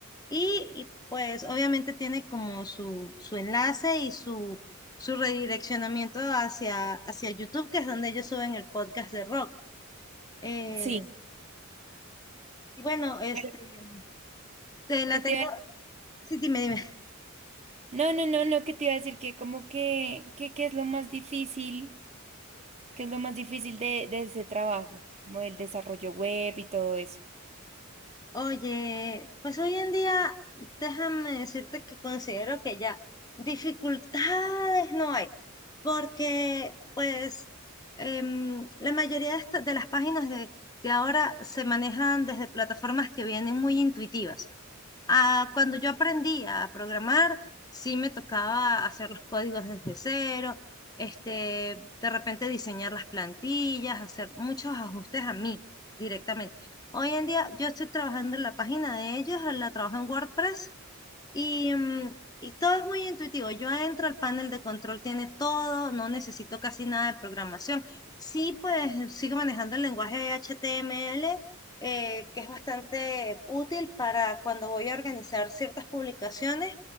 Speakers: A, on the left; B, on the right.
A: y, y, pues obviamente tiene como su, su enlace y su, su redireccionamiento hacia, hacia YouTube, que es donde ellos suben el podcast de rock. Eh,
B: Sí.
A: y bueno, este,
B: Bueno,
A: te la
B: ¿Qué
A: tengo.
B: te iba a
A: Sí, dime, dime.
B: No, no, no, no, que te iba a decir que como que, que, que es lo más difícil, que es lo más difícil de, de ese trabajo, como el desarrollo web y todo eso.
A: Oye, pues hoy en día, déjame decirte que considero que ya dificultades no hay, porque pues em, la mayoría de, esta- de las páginas de, de ahora se manejan desde plataformas que vienen muy intuitivas. Ah, cuando yo aprendí a programar, sí me tocaba hacer los códigos desde cero, este, de repente diseñar las plantillas, hacer muchos ajustes a mí directamente Hoy en día yo estoy trabajando en la página de ellos, eh, la trabajo en WordPress y, mm, y todo es muy intuitivo. Yo entro, el panel de control tiene todo, no necesito casi nada de programación. Sí, pues sigo manejando el lenguaje HTML, eh, que es bastante útil para cuando voy a organizar ciertas publicaciones